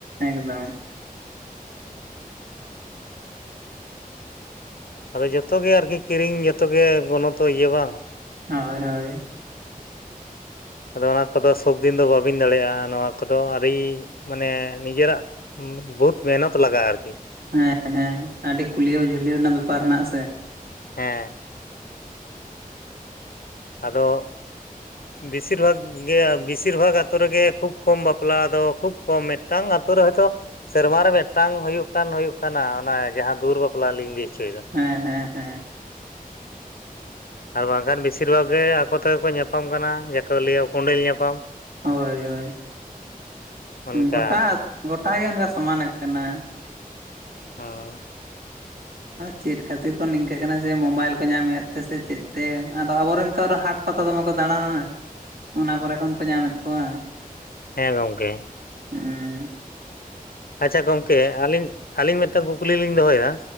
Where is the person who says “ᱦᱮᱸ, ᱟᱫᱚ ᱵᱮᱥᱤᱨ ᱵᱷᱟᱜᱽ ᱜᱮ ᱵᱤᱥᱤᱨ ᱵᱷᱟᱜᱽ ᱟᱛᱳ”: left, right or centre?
Left